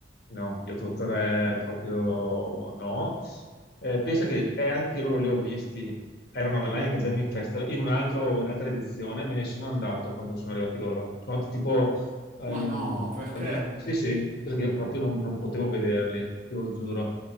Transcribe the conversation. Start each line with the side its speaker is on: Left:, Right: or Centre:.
Left: no, gli 883 proprio no. Eh, pensa che eh, anche loro li ho visti, erano all'Heineken Jamming Festival, in un altro- in un'altra edizione me ne sono andato quando sono arrivati loro. Sono andato tipo eh,
Right: Ma no, perché?
Left: poi mi era- sì, sì, perché io proprio non, non potevo vederli, te lo giuro.